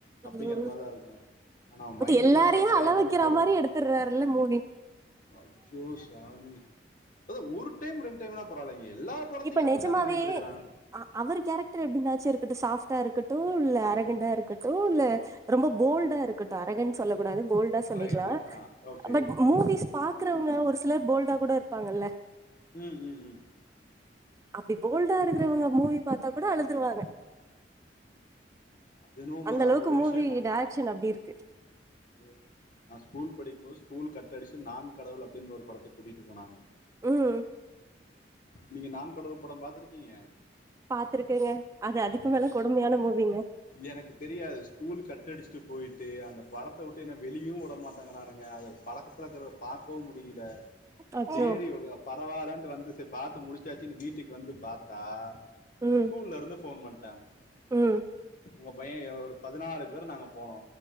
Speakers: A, on the left; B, on the right.
A: அப்டிங்கிற
B: ம்
A: மாரிதா இருக்கு ஆனா அவ
B: பட்
A: மைண்டுக்குள்ள
B: எல்லாரையு
A: இருக்க ஒரு சைக்க
B: அழ
A: கோ
B: வைக்கிற
A: இருக்கு பாருங்க
B: மாரி எடுத்துடுறாருல்ல மூவி
A: அஜ்ஜோ சாமி அத ஒரு டைம் ரெண்டு டைம்னா பரலவாலைங்க எல்லா படத்தையு
B: இப்ப
A: அப்டித்தா
B: நெஜமாவே
A: பண்ணிட்டு இருக்குறா
B: அ அவர் கேரக்டர் எப்டின்னாச்சு இருக்கட்டு சாஃப்டா இருக்கட்டு இல்ல அரகண்டா இருக்கட்டு இல்ல ரொம்ப போல்டா இருக்கட்டு அரகண்ட் சொல்லக் கூடாது போல்டா சொல்லிக்கலா
A: ரைட்டு ஆ ஓகே
B: பட் மூவிஸ் பாக்குறவுங்க ஒரு சிலர் போல்டா கூட இருப்பாங்கல்ல
A: ம் ம் ம்
B: அப்டி போல்டா இருக்கிறவுங்க மூவி பாத்தா கூட அழுதுருவாங்க
A: அது என்னவோ உண்மதா
B: அந்த அளவுக்கு
A: ஆனா ஒரு
B: மூவி
A: விஷயோ
B: டைரக்ஷன் அப்டி இருக்கு
A: ம் நா ஸ்கூல் படிக்குபோது ஸ்கூல் கட் அடிச்சு நான் கடவுள் அப்டின்னு ஒரு படத்துக்கு கூட்டுட்டு போனாங்க
B: ம்
A: நீங்க நான் கடவுள் பட பாத்திருக்கீங்க
B: பாத்துருக்கேங்க அது அதுக்கு
A: ஆ
B: மேல கொடுமையான மூவிங்க
A: எனக்கு தெரியாது ஸ்கூல் கட்டடிச்சுட்டு போயிட்டு அந்த படத்த விட்டு என்ன வெளியு விடமாட்டேகிறானுங்க அதது பழக்கத்தில இருக்கிறத பாக்கவு முடியல
B: அச்சோ
A: சேரி ஒருத பரவால்லட்டு வந்து சே பாத்து முடிச்சாச்சின் வீட்டுக்கு வந்து பாத்தா
B: ம்
A: ஸ்கூல்ல இருந்து ஃபோன் பண்ணிட்டாங்க
B: ம்
A: உங்க பையே ஒரு பதினாறு பேர் நாங்க போனோ